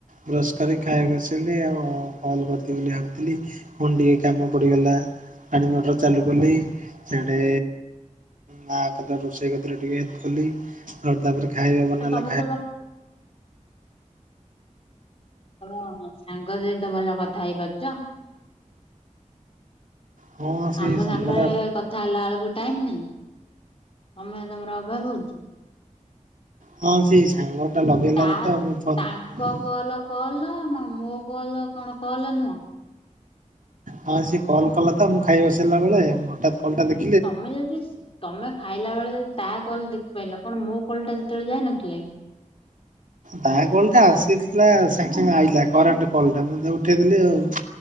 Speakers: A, on the right; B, on the left.
A: ବ୍ରସ୍ କରି ଖାଇଆକୁ ଆସିଲି ଆଉ ହଲ୍ କରିଥ ବୋଲି ଭାବୁଥିଲି। ଫୁଣି ଟିକେ କାମ ପଡିଗଲା ପାଣି ମଟର ଚାଲୁ କଲି ସିଆଡେ ମା କଥା ରୋଷେଇ ଗତିରେ ଟିକେ ହେଲ୍ପ କଲି। <unintelligible> ତାପରେ ଖାଇବା ବନାଲା
B: ଆଉ ତମେ ତମ ତମ ସାଙ୍ଗ ସହିତ ଭଲ କଥା ହେଇପାରୁଛ।
A: ହଁ ସେଇ
B: ଆମ
A: ସାଙ୍ଗଟା
B: ସାଙ୍ଗରେ କଥା ହେଲା ଏଳକୁ ଟାଇମ ନାଇଁ। ସମୟ ତମର ଅଭାବ ହଉଛି।
A: ହଁ ସେଇ ସାଙ୍ଗଟା ଲଗେଇଲା
B: ତା
A: ଯେତ ମୁଁ ଫୋନ
B: ତାଙ୍କ କଲ କଲ ମୋ କଲ କଣ କଲ ନୁହଁ?
A: ହଁ ସିଏ କଲ କଲା ମୁଁ ଖାଇ ବସିଲା ବେଳେ ମୁଁ ହଟାତ୍ କଲଟା ଦେଖି
B: ତମେ ଯଦି ତମେ ଖାଇଲା ବେଳେ ଯଦି ତା କଲ ଦେଖିପାଇଲ କଣ ମୋ କଲଟା ସେତେବେଳେ ଯାଇ ନଥିଲା କି?
A: ତା କଲଟା ଆସିଥିଲା ସାଙ୍ଗେ ସାଙ୍ଗେ ଆଇଲା କରେଣ୍ଟ କଲଟା ମୁ ତା ଉଠେଇଦେଲି ଆଉ।